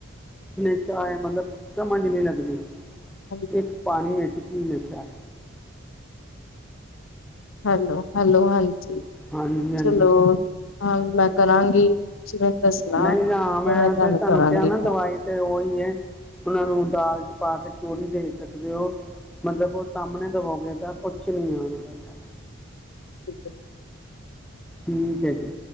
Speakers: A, in the centre; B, on the left.
A: <unintelligible> ਚਾਹ ਏ ਮਤਲਬ ਸਮਝਝ ਨਹੀਂ ਲੱਗਦੀ।
B: <unintelligible>
A: ਇੱਕ ਪਾਨੀ ਵਿੱਚ ਕਿ ਨਸ਼ਾ ਹ।
B: ਹੈਲੋ-ਹੈਲੋ ਹਾਂਜੀ
A: ਹਾਂਜੀ ਹਾਂਜੀ
B: ਚਲੋ ਹਾਂ ਮੈਂ। ਕਰਾਂਗੀ ਤੁਸੀਂ ਮੈਨੂੰ ਦੱਸੇਨਾ
A: ਨਹੀਂ
B: ਤੇ
A: ਨਾ
B: ਮੈਂ ਤੁਹਾਨੂੰ
A: ਤੇ
B: ਕਰਾਂਗੀ
A: ਕਿਹਾ ਨਾ
B: ਫੋਨ।
A: ਦਵਾਈ ਉਹੀ ਏ ਉਹਨਾਂ ਨੂੰ ਦਾਲ ਚ ਪਾ ਕੇ ਚੋਰੀ ਦੇ ਸਕਦੇ ਹੋ। ਮਤਲਬ ਉਹ ਸਾਹਮਣੇ ਦਵੋ ਗੇ ਤਾਂ ਕੁਛ ਨੀ ਹੈ ਉਹਨਾਂ ਦਾ
B: <unintelligible>
A: ਤਾ। ਠੀਕ ਐ ਜੀ।